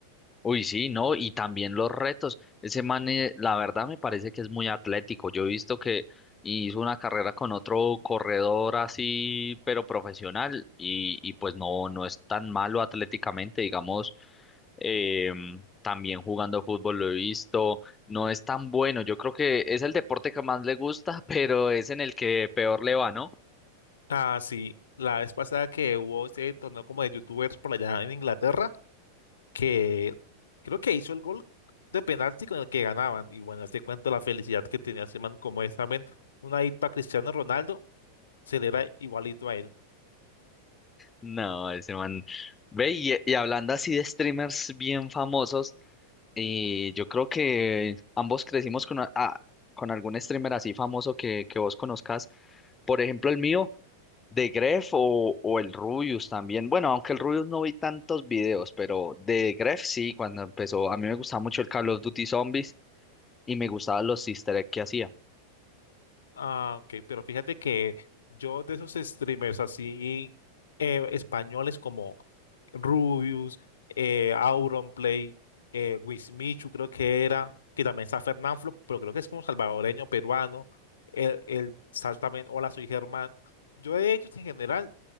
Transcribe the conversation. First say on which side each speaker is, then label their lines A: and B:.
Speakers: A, on the left; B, on the left.
A: Uy, sí, no, y también los retos. Ese man, eh, la verdad me parece que es muy atlético. Yo he visto que hizo una carrera con otro corredor así, pero profesional, y, y pues no, no es tan malo atléticamente, digamos. em, también jugando fútbol lo he visto. No es tan bueno. Yo creo que es el deporte que más le gusta, <laughs> pero es en el que peor le va, ¿no?
B: Ah, sí. La vez pasada que hubo este torneo como de youtubers por allá en Inglaterra, que creo que hizo el gol de penalti con el que ganaban. Y bueno, te cuento la felicidad que tenía ese man como esa man, una dipa Cristiano Ronaldo, se le era igualito a él.
A: No, ese man. Ve, y, y hablando así de streamers bien famosos. Y yo creo que ambos crecimos con, a- a- con algún streamer así famoso que, que vos conozcas. Por ejemplo, el mío, de Gref o, o el Rubius también. Bueno, aunque el Rubius no vi tantos videos, pero de Gref sí, cuando empezó. A mí me gustaba mucho el Call of Duty Zombies y me gustaban los easter egg que hacía.
B: Ah, ok, pero fíjate que yo de esos streamers así eh, españoles como Rubius, eh, Auronplay, eh, Wismichu creo que era, que también está Fernanfloo, pero creo que es como salvadoreño, peruano, el, el Sal también, Hola, soy Germán. Yo de ellos en general,